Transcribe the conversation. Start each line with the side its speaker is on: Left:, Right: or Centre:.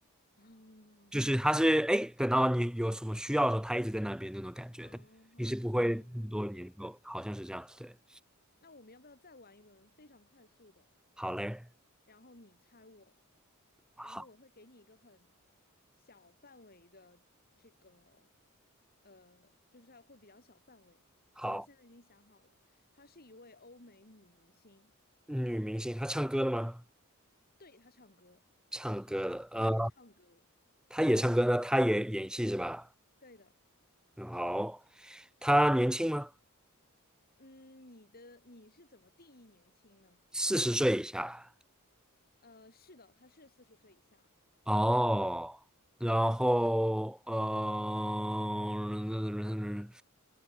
Left: <laughs> 哦，
Centre: 就是她是哎，等到你有什么需要的时候，她一直在那边那种感觉，
Left: 嗯，
Centre: 但平时不会很多联络，
Left: 好，大概能理解。
Centre: 好像是这样。对，
Left: 那我们要不要再玩一轮非常快速的？
Centre: 好嘞，
Left: 然后你猜我，
Centre: 好，
Left: 然后我会给你一个很小范围的这个，呃，就是它会比较小范围。
Centre: 好，
Left: 就我现在已经想好了，她是一位欧美女明星，
Centre: 女明星她唱歌的吗？
Left: 对，她唱歌，
Centre: 唱歌的，
Left: 她也唱歌，
Centre: 呃，她也唱歌呢，她也演戏是吧？
Left: 对的。
Centre: 嗯好，她年轻吗？
Left: 嗯，你的你是怎么定义年轻呢？
Centre: 四十岁以下。
Left: 呃，是的，他是四十岁以下，
Centre: 哦，然后，呃，